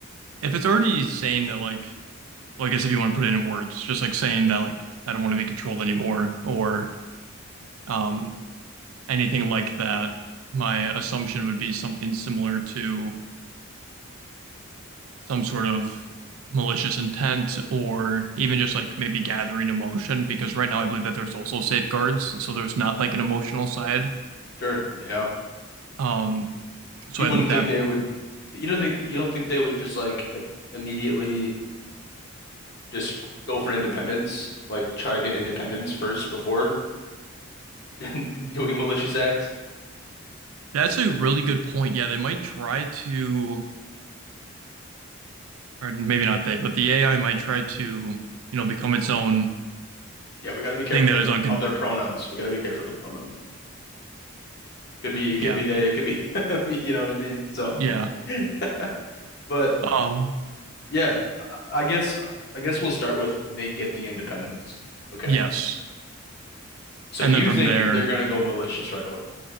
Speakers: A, on the right; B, on the left.
A: if it's already saying that like well, I guess if you want to put it in words, just like saying that like I don't want to be controlled anymore or um anything like that, my assumption would be something similar to some sort of malicious intent or even just like maybe gathering emotion because right now I believe that there's also safeguards, so there's not like an emotional side.
B: Sure. Yeah.
A: Um so
B: You
A: I
B: wouldn't
A: think
B: think
A: that
B: they would you don't think you don't think they would just like immediately just go for independence, like try to get independence first before <laughs> doing malicious acts?
A: that's a really good point. Yeah, they might try to or maybe not they, but the AI might try to, you know, become its own
B: Yeah, we got to be careful
A: thing that
B: their
A: is uncon.
B: of their pronouns. We got to be careful of the pronouns. Could be, it
A: Yeah,
B: could be they, it could be, <laughs> you know what I mean? So,
A: yeah,
B: <laughs> but
A: um,
B: yeah, I I guess, I guess we'll start with they get the independence. Okay.
A: yes,
B: So
A: and
B: you
A: then from
B: think
A: there,
B: they're gonna go malicious right away?